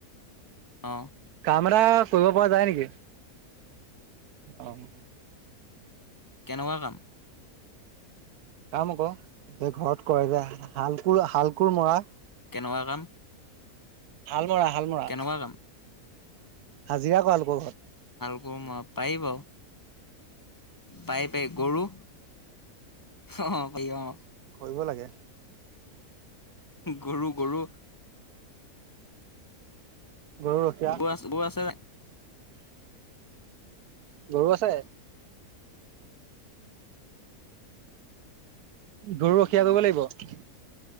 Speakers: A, on the left; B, on the right.
A: অ'।
B: কাম এটা কৰিব পৰা যায় নেকি? অ'।
A: কেনেকুৱা কাম?
B: কাম আক', যে ঘৰত কৰে যে, হাল-কোৰ- হাল-কোৰ মৰা।
A: কেনেকুৱা কাম?
B: হাল মৰা - হাল মৰা।
A: কেনেকুৱা কাম
B: হাজিৰা কৰা লোকৰ ঘৰত।
A: গৰু-মহ পাৰিব। পাৰি - পাৰি। গৰু অ' ভাই অ'।
B: কৰিব লাগে।
A: গৰু - গৰু।
B: গৰু ৰখীয়া
A: গোৱা- গোৱা আছে
B: গৰু আছে। গৰু ৰখীয়া
A: অ
B: কৰিব লাগিব।